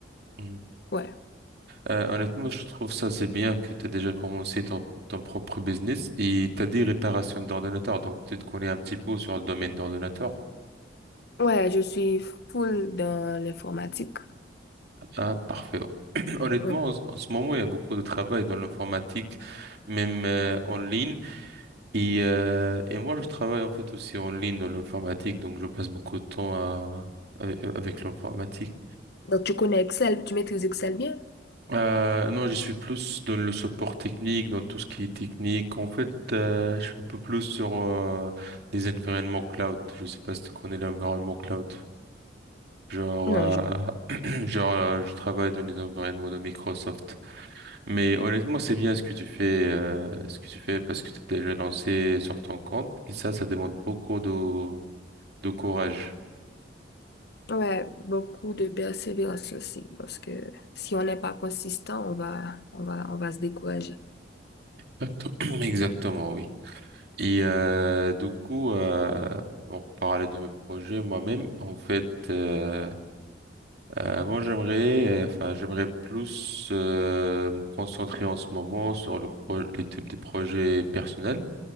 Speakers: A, on the right (about 65°); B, on the left (about 60°).
A: mhm.
B: ouais.
A: Euh, honnêtement, je trouve ça c'est bien que tu as déjà commencé ton, ton propre business et tu as dit réparation d'ordinateur, donc tu te connais un petit peu sur le domaine d'ordinateur.
B: Ouais, je suis full dans l'informatique.
A: Ah, parfait. <clears throat> Honnêtement,
B: Ouais.
A: en ce en ce moment, il y a beaucoup de travail dans l'informatique, même euh, en ligne. Et, euh, et moi, je travaille en fait aussi en ligne dans l'informatique, donc je passe beaucoup de temps à, avec, avec l'informatique.
B: Donc, tu connais Excel, tu maîtrises Excel bien?
A: Euh, non, je suis plus dans le support technique, dans tout ce qui est technique. En fait, euh, je suis un peu plus sur euh, les environnements cloud. Je sais pas si tu connais l'environnement cloud. Genre,
B: Non, je...
A: euh, <clears throat> genre, euh, je travaille dans les environnements de Microsoft. Mais honnêtement, c'est bien ce que tu fais, euh, ce que tu fais parce que tu t'es déjà lancé sur ton compte et ça, ça demande beaucoup de, de courage.
B: Ouais, beaucoup de persévérance aussi, parce que si on n'est pas consistant, on va, on va, on va se décourager.
A: Exacto- <clears throat> Exactement, oui. Et euh, du coup, euh, pour parler de mes projets moi-même, en fait, euh, euh, moi j'aimerais, euh, enfin j'aimerais plus euh, me concentrer en ce moment sur le pro les types de projets personnels.